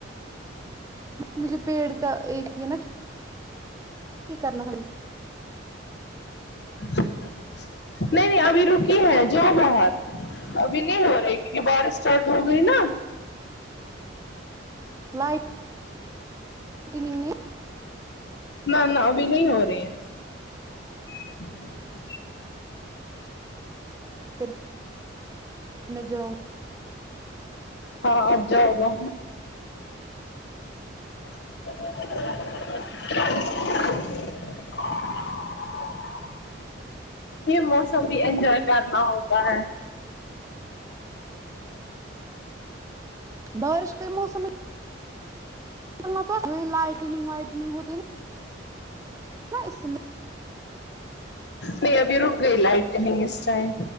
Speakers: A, on the right; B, on the left.
A: مجھے پیڑ کا ایک یہ نا کی کرنا تھایں
B: ہ <inaudible> نہیں نہیں ابھی رکی ہے جؤ بہر ابھی نہیں ہو رہی کیونکہ بارش اسٹارٹ ہو گئی نا
A: لائ نگ نے
B: نہ نہ ابھی نہیں ہو رہی ہے <unintelligible>
A: پھر میں جاؤں
B: ہاں آب جاؤ گا <unintelligible> یہ موسم بھی انجوائے کرنا ہوتا ہے
A: بارش کےئی موسم میں چنا جو لائٹنگ وائٹنگ ہوتے نا ہ اس میں
B: نہیں ابھی رک گئی لائٹ نہیں اس ٹائم